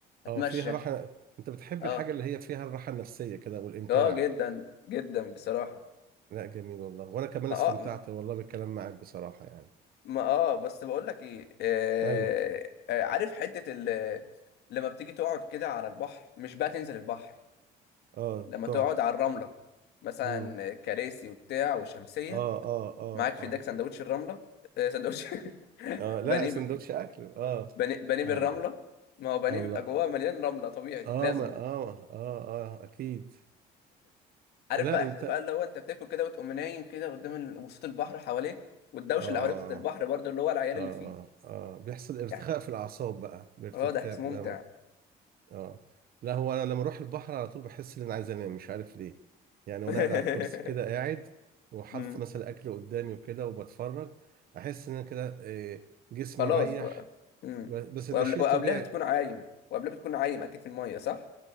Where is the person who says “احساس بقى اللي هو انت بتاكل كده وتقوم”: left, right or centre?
Left